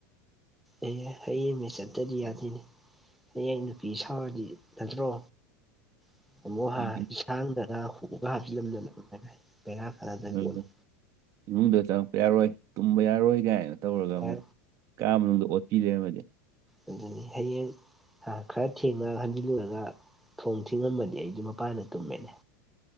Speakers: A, in the centre; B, on the right.
A: ꯑꯩ ꯍꯩꯌꯦꯃꯤ ꯆꯠꯇꯗꯤ ꯌꯥꯗꯦꯅꯦ꯫ ꯍꯌꯦꯡ ꯅꯨꯄꯤ ꯁꯥꯎꯔꯗꯤ ꯅꯠꯇ꯭ꯔꯣ? <unintelligible>
B: ꯑ, ꯎꯝ
A: ꯄꯣꯠꯅꯤ
B: ꯏꯃꯨꯡꯗ ꯆꯪꯉꯛꯄ ꯌꯥꯔꯣꯏ ꯇꯨꯝꯕ ꯌꯥꯔꯣꯏ ꯀꯥꯏꯅ ꯇꯧꯔꯒ
A: ꯕꯦꯔꯥ
B: ꯑꯃꯨꯛ ꯀꯥ ꯃꯅꯨꯡꯗ ꯑꯣꯠꯄꯤꯔꯦꯕ
A: ꯑꯗꯨꯅꯤ ꯍꯌꯦꯡ ꯈꯔ ꯊꯦꯡꯅꯒ ꯍꯟꯖꯤꯜꯂꯨꯔꯒ ꯊꯣꯡ ꯊꯤꯡꯉꯝꯃꯗꯤ ꯑꯩꯗꯤ ꯃꯄꯥꯟꯗ ꯇꯨꯝꯃꯦꯅꯦ꯫